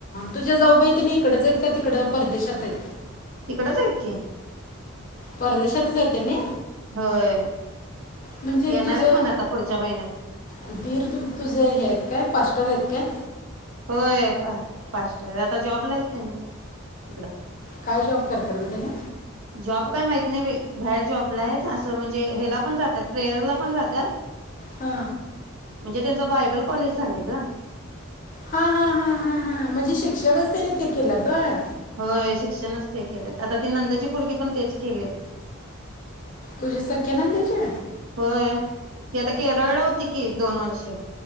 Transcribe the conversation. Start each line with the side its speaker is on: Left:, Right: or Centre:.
Left: तुझा जाऊबाई.... त्यांनी इकडच आहेत का तिकडं परदेशात आहेत?
Right: तिकडच आहेत की...
Left: परदेशात हायत त्यांनी
Right: होय
Left: म्हणजे
Right: येणार
Left: तुझ
Right: आहेत म्हण आता पुढच्या महिन्यात
Left: दीर... तुझे हे काय आहेत काय पाच? तुम्हीयेत काय?
Right: होय पा पास्टर आहेत आता जॉबला आहेत त्यानी तिकडं
Left: काय जॉब करतात ग त्यानी
Right: जॉब काय माहित नाही बई. बाहेर जॉबला आहेत. अस म्हणजे हेला पण जातात प्रेयरला पण जात्यात.
Left: हा
Right: म्हणजे त्यांच बायबल कॉलेज झालय गं
Left: हा हा हा हा हा म्हणजे शिक्षणच त्यांनी ते केल्यात व्हय?
Right: होय शिक्षणच ते केले आता ती नंदेची पोर्गी पण तेच केले.
Left: तुझ्या सख्यानंदाचे
Right: होय ती आता केरळला होती की दोन वर्ष.